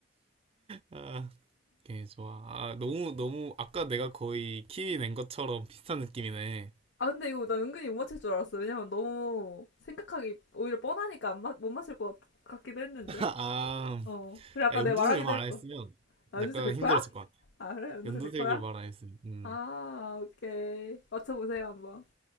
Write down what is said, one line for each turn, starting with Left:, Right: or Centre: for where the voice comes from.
Right: 아, 오케이, 좋아. 아, 너무, 너무, 아까 내가 거의 키위 낸 것처럼 비슷한 느낌이네.
Left: 아, 근데 이거 나 은근히 못 맞힐 줄 알았어. 왜냐면 너무 생각하기 오히려 뻔하니까 안 맞, 못 맞힐 것 같, 기도 했는데.
Right: <laughs> 아,
Left: 어. 그래, 아까
Right: 아, 연두색을
Left: 내가 말하기도
Right: 말
Left: 했고.
Right: 안 했으면
Left: 아, 연두색
Right: 약간
Left: 백퍼야?
Right: 힘들었을 것 같아.
Left: 아, 그래? 연두색
Right: 연두색을
Left: 백퍼야?
Right: 말 안 했으면, 음.
Left: 아, 오케이. 맞춰보세요, 한번.